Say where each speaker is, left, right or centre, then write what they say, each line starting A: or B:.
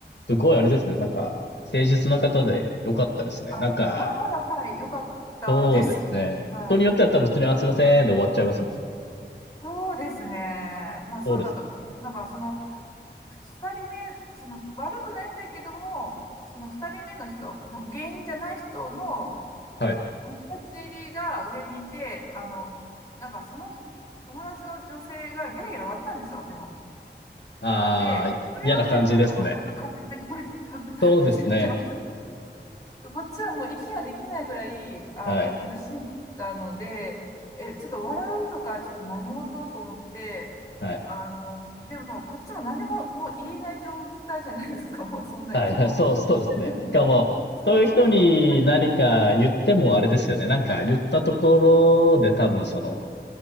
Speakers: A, on the left; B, on the left.
A: すごいあれですね。
B: はい。
A: なんか、誠実な方で良かったですね。
B: うんあ、
A: なんか、
B: まあ、まだ、はい、良かったですけど。
A: そうですね。
B: <laughs> はい。
A: 人によっては多分普通に、あ、すいません、で終わっちゃいますもんね。
B: そうですね。まあ、そうだったかも。
A: そうですよ。
B: なんか、その、二人目、その、悪くないんだけども、その二人目の人、原因じゃない人の
A: はい。
B: 友達が上にいて、あの、なんか、その友達の女性がゲラゲラ割ったんですよ、でも。
A: ああ、
B: で、これは結構、
A: 嫌な感じですね。
B: なんか、カチンときま、<laughs>
A: そうですね。
B: カチンときましこっちはもう息ができないぐらい、あの、
A: はい。
B: 苦しんだので、え、ちょっと笑うとか、ちょっと何事と思って、
A: はい。
B: あの、でも、こっちも何ももう言えない状態じゃないですか、<laughs> もう、そんな息も。
A: はい、はい、そう、そうですね。
B: なんで、
A: しかも、
B: それが、
A: そういう人に何か言ってもあれですよね。
B: 今でも、
A: なんか言ったところで多分その、